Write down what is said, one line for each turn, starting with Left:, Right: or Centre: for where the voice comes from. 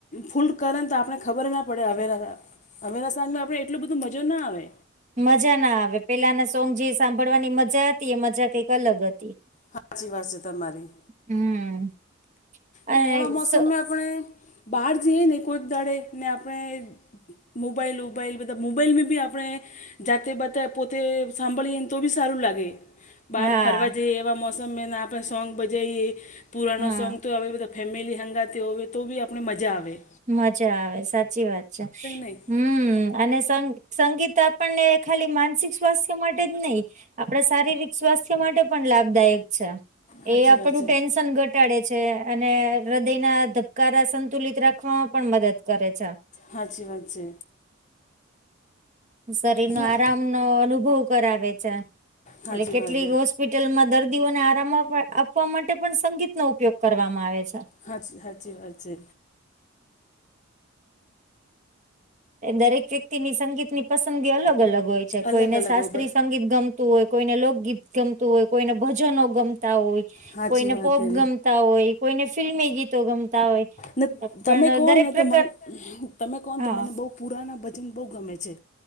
Left: ફૂલ કર તો આપને ખબર ના પડે હવે અવેરા સાંજમાં આપડે એટલું બધું મજા ના આવે
Right: મજા ના આવે પેલાના સોંગ જે સાંભળવાની મજા હતી એ મજા કઈક અલગ હતી
Left: સાચી વાત છે તમારી
Right: હમ અને
Left: ને એવા મોસમમાં
Right: સ
Left: આપણે બહાર જઈએ ને કોચ દાડે ને આપણે મોબાઈલ ઉબાાઈલ મતલબ મોબાઈલમાં ભી આપણે જાતે બતે પોતે સાંભળીએને તો બી સારું લાગે બહાર
Right: હા
Left: ફરવા જઈએ એવા મોસમમાંને આપણે સોંગ બજાવએ પુરાણ
Right: હા
Left: સોંગ તો હવે બધા ફેમિલી હંગાથી હોવે તોવી આપણે મજા આવેવે
Right: મજા આવે સાચી વાત છે
Left: નહીં
Right: હમ અને સંગીત આપણને ખાલી માનસિક સ્વાસ્થ્ય માટે જ નહીિ આપણા શારીરિક સ્વાસ્થ્ય માટે પણ લાભદાયક છે
Left: હાચી
Right: એ આપણું
Left: વાત છે.
Right: ટેન્શન ઘટ ઘટાડે છે અને હૃદય ના ધબકારા સંતુલિત રાખ શખવામાં પણ મદદ કરે છે
Left: હાચી વાત છે
Right: શરીર નો
Left: અને
Right: આરામ
Left: હૃદયના ધબકારા સંતુલિત રાખવામાં છે. ને
Right: નો અનુભવ કરાવે છે એટલે
Left: હાચી
Right: કેટલીક
Left: વાત હે
Right: વસ્તુ હોસ્પિટલમાં દર્દીઓને આરામ આપવા માટે પણ સંગીતનોો ઉપયોગ કરવામાં આવે છે
Left: હા સાાચી વાત છે.
Right: એ દરેક વ્યક્તિની સંગીત ની પસંદગી અલગ અલગ હોય છે.
Left: અલગ
Right: કોઈને
Left: અલગ
Right: શાસ્ત્રીય
Left: હો બ
Right: સંગીત ગમ. હો કોઈને લોકગીત ગમતું હોય. કોઈને ભજનો ગમતા હોય.
Left: હાચી
Right: કોઈને
Left: વાત
Right: પોપ
Left: હે
Right: ગમ. હોય. કોઈને ફિલ્મી ગીતો ગમતા હોય.
Left: ને
Right: પણ
Left: તમે કહો
Right: દરેક
Left: ને
Right: પ્રકાર
Left: તો, મને તમે કહોને
Right: હા
Left: તો, મને બહુ પુરાના ભજન બહુ ગમે છે.